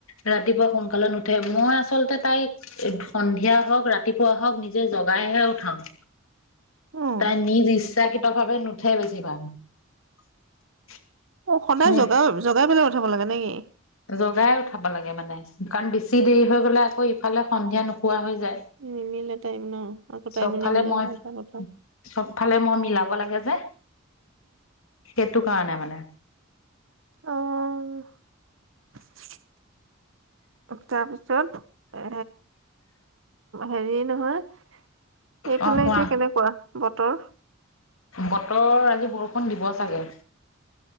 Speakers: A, on the left; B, on the right.
A: ৰাতিপুৱা সোনকালে নুঠে মই আচ আচলতে তাইক এ সন্ধিয়া হওক, ৰাতিপুৱা হওক নিজে জগাইহে উঠাও।
B: উম,
A: তাই নিজ ইচ্ছাকৃতভাৱে নুঠে বেছিভাগ।
B: অ' সদায়
A: মোক
B: জগাও জগাই পেলাই উ উঠাব লাগে নেকি
A: জগাই উঠাব লাগে মানে কাৰণ বেছি দেৰি হৈ গ'লে আকৌ ইফালে সন্ধিয়া নুশুৱা হৈ। যায়
B: নিমিলে টাইম ন আকৌ টাইমো
A: চবফালে
B: নিমিলে
A: মই
B: এটা কথা।
A: উম চবফালে মই মিলাব লা এই যে, সেইটো কাৰণে মানে,
B: অহহ্ তাৰপিছত এ হেৰি নহয়, সেইফালে
A: অ কোৱা
B: এতিয়া কেনেকুৱা বতৰ।
A: বতৰ আজি বৰষুণ দিব চাগে।